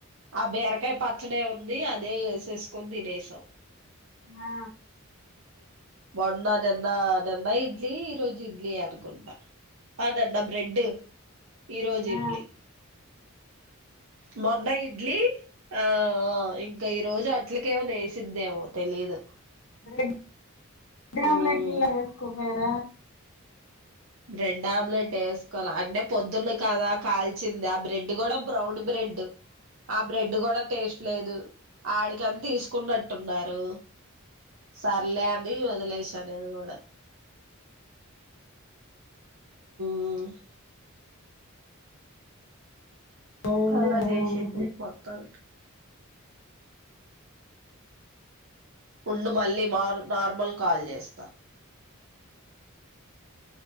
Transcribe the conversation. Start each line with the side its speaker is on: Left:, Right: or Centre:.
Right: ఆ బీరకాయ్ పచ్చడే ఉంది అదే ఎసేస్కొన్ దినేశం
Left: ఆ..
Right: మొన్న నిన్న నిన్న ఇడ్లీ ఈ రోజు ఇడ్లీయె అనుకుంట ఆ నిన్న బ్రెడ్ ఈ రోజు
Left: ఆ
Right: ఇడ్లీ మొన్న ఇడ్లీ ఆ ఇంక రోజు అట్లుకేమన్న ఎసిద్దేమో తెలీదు
Left: బ్రెడ్
Right: ఉమ్
Left: ఆమ్లెట్ల ఎస్కోపోయార
Right: బ్రెడ్ ఆమ్లెట్ ఏస్కోల అంటే పొద్దున్న కదా కాల్చింది ఆ బ్రెడ్ గూడా బ్రౌన్ బ్రెడ్ ఎడ్డు ఆ బ్రెడ్ గూడా టేస్ట్ లేదు ఆడికని తీస్కున్నట్టున్నారు సర్లే అని వదిలేసా నేను గూడా హ్మ్
Left: లేదున్నా
Right: అలా
Left: ఇలాగ
Right: జేసింది
Left: ముందుకు
Right: మొత్తానికి ఉండు మళ్ళీ మార్ నార్మల్ కాల్ చేస్తా.